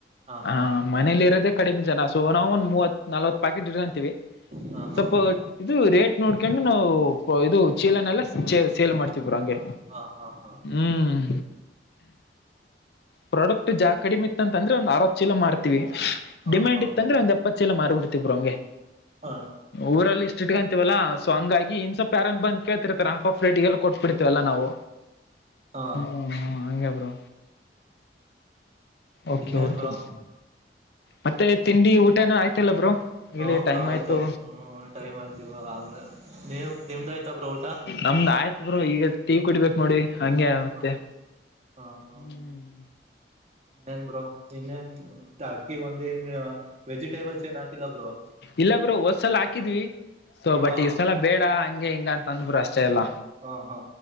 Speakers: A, on the right; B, on the left.
A: ಹಾ
B: ಹ
A: ಹಾ
B: ಮನೇಲಿ ಇರೋದೆೇ ಕಡಿಮಿ ಜನ. ಸೊ ನಾವವು ಒಂದ್ ಮೂವತ್ ನಲ್ವತ್ ಪ್ಯಾಕೆಟ್ ಇಟ್ಕಂತೀವಿ.
A: ಹಾ ಹಾ ಹಾ
B: ಸ್ವಪ ಇದು ರೇಟ್ ನೋಡ್ಕೊಂಡುೆ ನಾವು ಇದು ಚೀಲನೆ ಎಲ್ಲ ಚೆ ಸೇಲ್ ಮಾಡ್ತೀವಿ ಬ್ರೋ ಹಂಗೆ.
A: ಹಾ ಹಾ ಹಾ
B: ಹ್ಮ್
A: ಹಂಗ.
B: ಪ್ರೊಡಕ್ಟ್ ಜಾ ಅಂತಂದ್ರೆ ಒಂದ್ ಅರವತ್ತು ಚೀಲ ಮಾರ್ತತಿವಿ
A: ಹಾ
B: ಡಿಮ್ಯಾಂಡ್
A: ಹಾ
B: ಇತ್ತ ಅಂದ್ರೆ ಒಂದ ಎಪ್ಪತ್ತು ಚೀಲ ಮಾರಿಬಿಡ್ತಿವಿ ಬ್ರೋ ಹಂಗೆ.
A: ಹಾ
B: ಊರಲ್ಲಿ ಇಷ್ಟ ಇಟ್ಕೊಂಡ. ತಿವ ಅಲ್ಲ ಸೊ ಹಂಗಾಗಿ ಇನ್ ಸ್ವಲ್ಪ ಯಾರನ್ ಬಂದ ಕೇಳ್ತಿರ್ತ್ತಾರೆ ಹಾಫ್ ಹಾಫ್ ರೇಟಗೆಲ್ಲ ಕೊಟ್ಬಿಡ್ತಿವಲ್ಲ ನಾವು.
A: ಹಾ.
B: ಹ್ಮ್ ಹಂಗೆ ಬ್ರೋ. ಓಕೆ
A: ಇನ್ನೇನ್
B: ಓಕೆ.
A: ಬ್ರೋ
B: ಮತ್ತೆ ತಿಂಡಿ ಊಟನ ಆಯ್ತಲ್ಲ ಬ್ರೋ ಇಲ್ಲಿ
A: ಹಾ
B: ಟೈಮ್
A: ಬ್ರೋ
B: ಆಯ್ತು.
A: ಹ್ಮ ಟೈಮ್ ಆಯ್ತು ಇವಾಗ ನೀವ್ ನಿಮ್ದ ಆಯ್ತಾ ಬ್ರೋ ಊಟ.
B: ನಮ್ದು ಆಯ ಈಗ ಟೀ ಕುಡಿಬೇಕಕ್ ನೋಡಿ ಹಂಗೆ ಮತ್ತೆ
A: ಹಾ ಹಾ ಹಾ
B: ಹ್ಮ್
A: ಹಾ ಇನ್ನೇನ್ ಬ್ರೋ ಇನ್ನೇನ್ ಅಕಿ ಒಂದ ನ್ ವೆಜಿಟೇಬಲ್ಸ್ ಏನ್ ಹಾಕಿಲ್ಲ ಬ್ರೋ
B: ಇಲ್ಲ ಬ್ರ ಒದ್ಸಲ ಹಾಕಿದ್ವಿ ಸೊ ಬಟ್
A: ಹಾ
B: ಈ್ಸಲ ಬೇಡ ಹಂಗೆ ಹಿಂಗ ಅಂತ ಅಂದ್ಬ್ರರು ಅಷ್ಟ ಎಲ್ಲ
A: ಹಾ ಹಾ